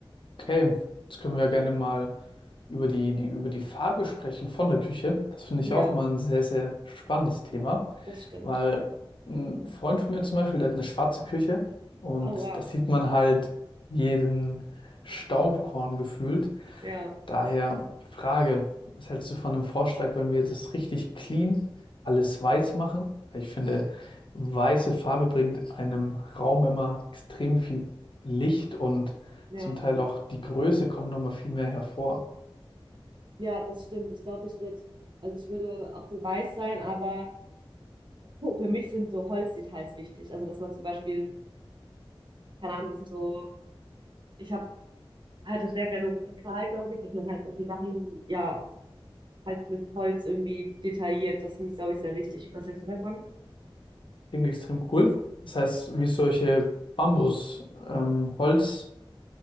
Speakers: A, on the left; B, on the right.
A: Okay, jetzt können wir gerne mal über die, die, über die Farbe sprechen von der Küche. Das finde ich
B: ja,
A: auch mal ein sehr, sehr spannendes Thema.
B: das stimmt.
A: Weil ein Freund von mir zum Beispiel, der hat eine schwarze Küche und
B: Oh, wow.
A: da sieht man halt jeden Staubkorn gefühlt.
B: Ja,
A: Daher die Frage, was hältst du von dem Vorschlag, wenn wir das richtig clean alles weiß machen? Weil ich finde, weiße Farbe bringt einem Raum immer extrem viel Licht und
B: ja,
A: zum Teil auch die Größe kommt nochmal viel mehr hervor.
B: ja, das stimmt. Ich glaube, ich würde, also ich würde auch für weiß sein, aber <laughs> für mich sind so Holzdetails wichtig. Also, dass man zum Beispiel, keine Ahnung, so, ich habe halt das sehr gerne rustikal, glaube ich, dass man halt so die Sachen, ja, halt mit Holz irgendwie detailliert. Das finde ich, glaube ich, sehr wichtig. Was hältst du davon?
A: Klingt extrem cool. Das heißt, wie solche Bambus, ähm, Holz.